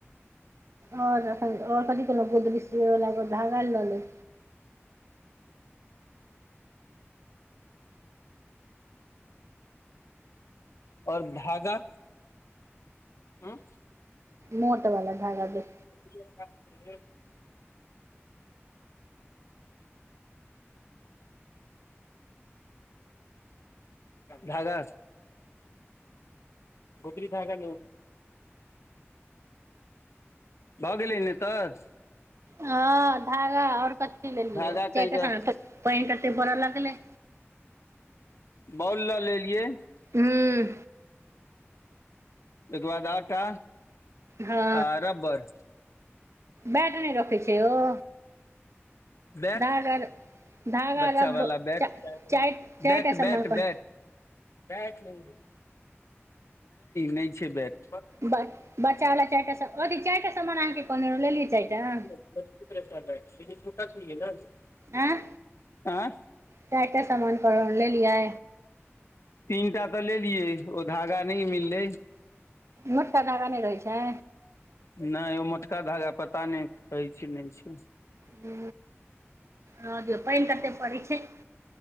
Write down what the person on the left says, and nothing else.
आओर धागा आँ
<inaudible> धागा गुदरी धागा भऽ गेलै न तऽ
धागा
कहि
रह
बॉल लऽ लेलियै
तैके बाद आटा
आ रब्बर र
बेएट
बच्चा
वाला बेएट
बेएट
बेएट
बेएट बेएट नहि नहि छै बेएट
<inaudible>
आँ
तीनटा तऽ लेलियै--ओ धागा नहि मिललै
नहि ओ मोटका धागा पता नहि कहै छै नहि छै